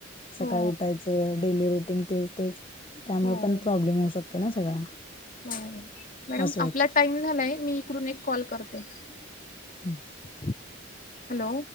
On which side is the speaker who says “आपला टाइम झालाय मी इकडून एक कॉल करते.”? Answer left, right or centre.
Left